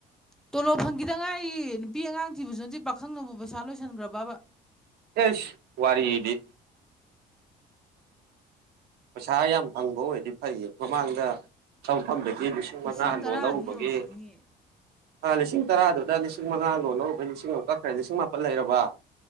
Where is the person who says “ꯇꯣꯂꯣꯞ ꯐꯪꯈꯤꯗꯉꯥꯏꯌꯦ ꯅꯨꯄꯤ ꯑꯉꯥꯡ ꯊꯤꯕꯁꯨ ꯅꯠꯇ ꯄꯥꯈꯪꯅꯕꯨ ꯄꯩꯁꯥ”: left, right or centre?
Centre